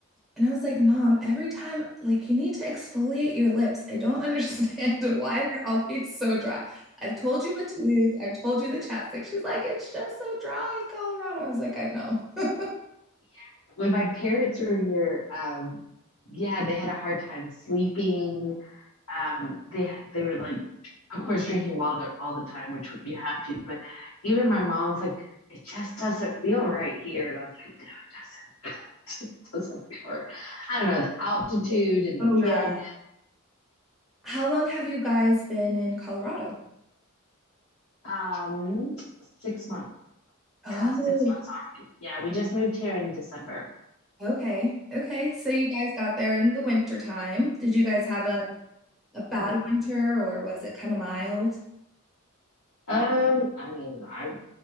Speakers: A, in the centre; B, on the left.
A: And I was like, Mom, every time, like, you need to exfoliate your lips. I don't understand <laughs> why they're always so dry. I've told you what to use, I've told you the chapstick. She's like, It's just so dry in Colorado. I was like, I know. <laughs>
B: <laughs> when my parents were here, um, yeah, they had a hard time sleeping um, they they were like, of course, drinking water all the time, which you have to. But even my mom was like, it just doesn't feel right here, and I was like, no, it doesn't. <laughs> It doesn't feel right. I don't know the altitude and
A: Oh,
B: the
A: yeah.
B: dryness.
A: How long have you guys been in Colorado?
B: Um, six months.
A: Oh,
B: God, six months already. Yeah, we just moved here in December.
A: okay. Okay. So you guys got there in the winter time. Did you guys have a a bad
B: Yeah.
A: winter or was it kind of mild?
B: Um, I mean, I